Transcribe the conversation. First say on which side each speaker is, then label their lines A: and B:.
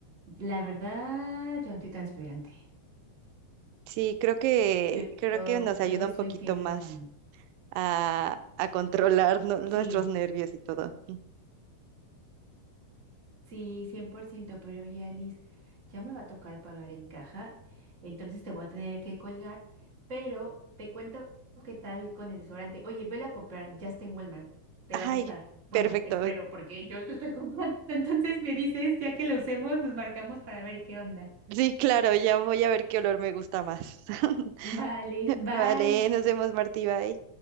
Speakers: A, on the right; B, on the right.
A: La verdad, yo antitranspirante.
B: Sí, creo que,
A: Yo,
B: creo
A: yo,
B: que nos
A: yo
B: ayuda
A: le
B: un
A: soy
B: poquito
A: fiel
B: más.
A: a...
B: a, a controlar nu- nuestros
A: Sí,
B: nervios y todo.
A: Sí, 100%. pero oye, Alice, ya me va a tocar pagar en caja, entonces te voy a tener que colgar, pero te cuento qué tal con el desodorante. Oye, velo a comprar, ya está en Walmart, te
B: Ay,
A: va a gustar. Bueno,
B: perfecto.
A: espero, porque yo lo estoy comprando, <laughs> entonces me dices, ya que lo usemos, nos marcamos para ver qué onda.
B: Sí, claro, ya voy a ver qué olor me gusta más. <laughs>
A: Vale, bye.
B: Vale, nos vemos, Martí, bye.